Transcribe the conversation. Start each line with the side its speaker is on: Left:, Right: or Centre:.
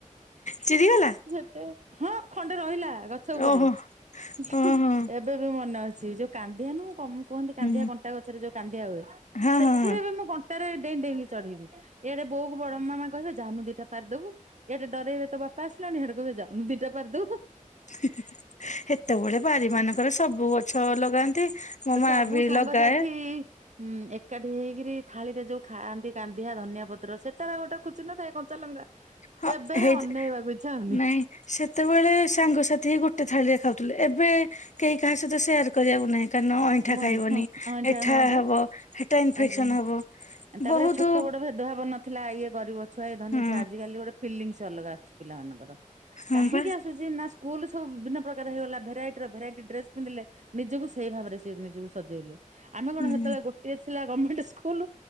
Left: ଚିରିଗଲା
Right: ସେତେ ହଁ ଖଣ୍ଡେ ରହିଲା ଆ ଗଛ ଉପରେ
Left: ଓହୋ
Right: ହିଁ
Left: ଓହୋ
Right: ଏବେ ବି ମନେ ଅଛି ସେ ଯୋଉ କାନ୍ଦିଆ ନୁହେଁ କହନ୍ତି କାନ୍ଦିଆ
Left: ହୁଁ
Right: କଣ୍ଟା ଗଛରେ ଯୋଉ କାନ୍ଦିଆ ହୁଏ
Left: ହଁ
Right: ସେଥିରେ
Left: ହଁ ହଁ
Right: ବି ମୁଁ <unintelligible> ଡେଇଁ ଡେଇଁ କି ଚଢ଼ିବି ଇଆଡେ ବୋଉକୁ ବଡ ମାମା କହିବେ ଯାଉନୁ ଦିଟା ପାରି ଦେବୁ ଇଆଡେ ଡରେଇବେ ତୋ ବାପା ପା ଆସିଲାଣିି ସିଆଡେ କହିବେ ଯାଉନୁ ଦିଟା ପାରି ଦେ ହୁ ହୁ
Left: <inaudible> ହି ହିି ସେତେବେଳେ ବାରି ମାନଙ୍କର ସବୁ ଗଛ ଲଗାନ୍ତି ମୋ ମା
Right: ସବୁ
Left: ବି
Right: ସାଙ୍ଗସାଥି
Left: ଲଗାଏ
Right: ହୁଁ ଏକା ହେଇକି ଥାଳିରେ ଯଉ ଖାଆନ୍ତି କାନ୍ଦିଆ ଧନିଆ ପତ୍ର ସେଟା ଗୋଟେ ଖୁସି ନଥାଏ କଞ୍ଚା ଲଙ୍ଗା
Left: ହଁ
Right: ଏବେରେ
Left: ହେଇ
Right: ଅନେଇବାକୁ ଇଚ୍ଛା ହଉନି।
Left: ନାଇଁ ସେତେବେଳେ ସାଙ୍ଗ ସେଥିରେ ଗୋଟେ ଥାଳିରେ ଖାଉଥିଲେ ଏବେ କେହି କାହା ସହିତ ସେୟାର କରିବାକୁ ନାହିଁ କାରଣ ଅଇଁଠା
Right: ଭଲ
Left: ଖାଇବନି
Right: ହଁ ହଁ ଏଇଟା
Left: ଏଠା
Right: ହଁ ବା
Left: ହବ ହେଠା ଇନଫେକ୍ସନ
Right: ଆ
Left: ହବ
Right: ତାପରେ
Left: ବହୁତୁ
Right: ଛୋଟ ଭେଦଭାବ ନଥିଲା ଇଏ ଗରିବ ଛୁଆ ଇଏ ଧନି
Left: ହୁଁ
Right: ଛୁଆ ଆଜିକାଲି ଗୋଟେ ଫିଲିଙ୍ଗସ୍ ଅଲଗା ଆସୁଛି ପିଲାମାନାନଙ୍କର
Left: ହଁ
Right: କାହିଁକି
Left: ପା।
Right: ଆସୁଛି ନା ସ୍କୁଲ ସବୁ ବିଭିନ୍ନ ପ୍ରକାର ହେଇଗଲା ଭେରାଇଟି ର ଭେରାଇଟି ଡ୍ରେସ ପିନ୍ଧିଲେ ନିଜକୁ ସେଇ ଭାବରେ ନିଜକୁ ସଜେଇଲେ ଆମେ କଣ
Left: ହୁଁ
Right: ସେତେବେଳେ ଗୋଟଏ ଥିଲା ଗମେଣ୍ଟ ସ୍କୁଲ